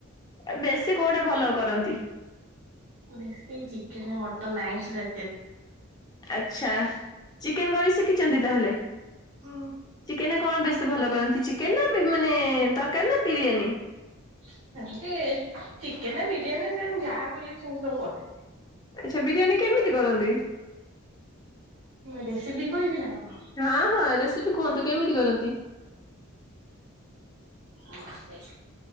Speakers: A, on the left; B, on the right.
A: ଏ ବେଶୀ କୋଉଟା ଭଲ କରନ୍ତି?
B: ବେଶୀ ଚିକେନ ମଟନ୍ ଆଇଁଶ
A: ଆଛା ଚିକେନ କରି ଶିଖିଛନ୍ତି ତାହେଲେ?
B: ହଁ।
A: କେନ କଣ ବେଶୀ ଭଲ କରନ୍ତି ଚିକେନ ନା ବି ମାନେ ତରକାରୀ ନା ବିରିୟାନୀ?
B: ସେମିତି ଚିକେନ ବିରିୟାନୀ ସେମ୍ ଯାହା କହିଲେ ସେମତି ସବୁ କରିଦେବି।
A: ଆଚ୍ଛା ବିରିୟାନୀ କେମିତି କରନ୍ତି?
B: ମୁଁ ରେସିପି କହିବି ନା କଣ?
A: ହଁ ହଁ ରେସିପି କୁହନ୍ତୁ କେମିତି କରନ୍ତି? <unintelligible>
B: ମସ୍ତ